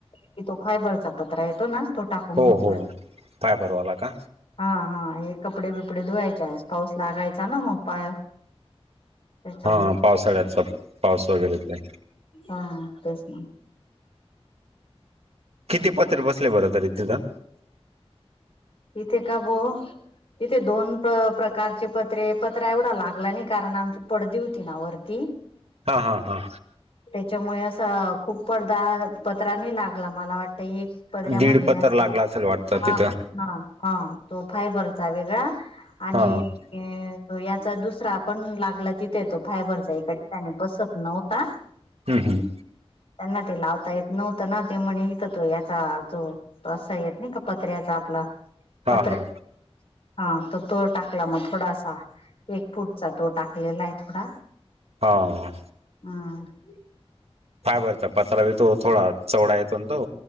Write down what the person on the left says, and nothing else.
की तो फायबरचा पत्र येतो ना तो टाकून
घेतला
हा हा हे कपडे बिपडे धुवायचे आहेस पाऊस लागायचा ना मग पाय त्याच्यामुळे
हा प्रसला
इथे का बो तिथे दोन प्रकारचे पत्रे पत्र एवढा लागला नाही कारण आमची पडदी होती ना वरती
त्याच्यामुळे असं खूप पडदा पत्रानी लागला मला वाटत ह पदऱ्यामध्ये
असं
हा
हा हा तो फायबरचा वेगळा आणि
याचा दुसरा पण लागला तिथे तो फायबरचा एका ठिकाणी बसत नव्हता
त्यांना ते लावता येत नव्हतं ना ते म्हण इथं तो याचा जो तो असा येत ना का पत्र्याचा आपला
पत्र
हा त तो टाकला मग थोडासा वे फूटचा तो टाकलेला आहे थोडा
हा